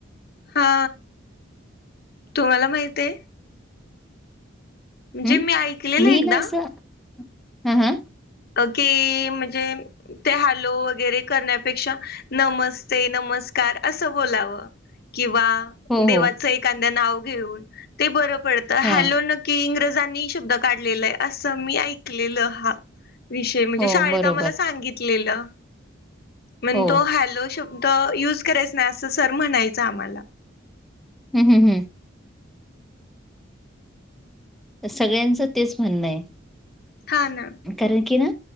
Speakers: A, on the left; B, in the centre.
A: हा तुम्हाला माहित आहे म्हणजे
B: हम्
A: मी ऐकलेलं
B: मी
A: एकदा
B: ना असं हा हा
A: अ कि म्हणजे ते हॅलो वगैरे करण्यापेक्षा नमस्ते नमस्कार असं बोलावं किंवा
B: हो
A: देवाच
B: हो
A: एकद्या नाव घेऊन ते बरं पडत
B: हा
A: हॅलो न की इंग्रजांनी शब्द काढलेला आहे असं मी ऐकलेलं हा विषय म्हणजे
B: हो
A: शाळेत
B: बरोबर
A: आम्हाला सांगितलेलं मण
B: हो
A: तो हॅलो शब्द युज करायचा नाही असं सर म्हणायचं आम्हाला
B: हम् हम हम तर सगळ्यांचं तेच म्हणणं आहे
A: हा ना
B: कारण की ना.